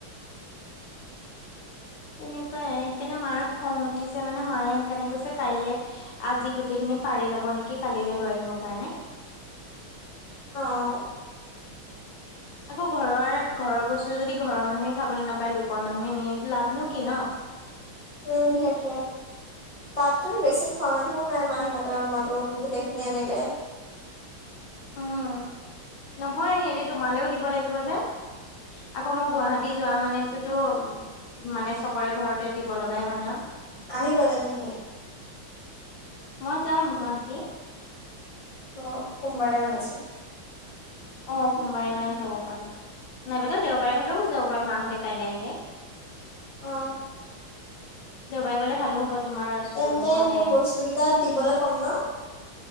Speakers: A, on the left (about 70°); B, on the left (about 30°).
A: তেনেকুৱাই সেইকাৰণে মাৰ খং উঠিছে মানে মায়ে সেইকাৰণে কৈছে কাইলে আজি গোটেই খিনি পাৰি লব নেকি কালিলৈ লৈ আহিব কাৰণে।
B: অ
A: আকৌ ঘৰৰ ঘৰৰ বস্তু যদি ঘৰৰ মানুহে খাবলৈ নাপায় লোকৰ মানুহে নিয়ে লাভ নো কি ন।
B: উম সেইটোৱে তাততো বেছি খোৱা মানুহও নাই মাহীহঁতৰ ৰুমতো গোটেইখিনি আনিলে।
A: উম নহয় হেৰি তোমালৈও দিব লাগিব যে। আকৌ মই গুৱাহাটী যোৱা মনেটোটো মানে চবৰে ঘৰত তা দিব লগাই হয় ন।
B: আহিবা জানো তুমি
A: মই যাম গুৱাহাটী।
B: অ সোমবাৰে মানে। ছে
A: অ সোমবাৰে মানে যাব পাৰো, নাইবাটো দেওবাৰে হলেও গুচি যাব পাৰিম মাহঁতে কাইলৈ আহিলে।
B: অ
A: দেওবাৰে গ'লে ভালো হ'ব। তোমাৰ স্কুলো
B: তেন্তে
A: মানে
B: মোৰ বস্তু কেইটা দিবলৈ ক'ম ন।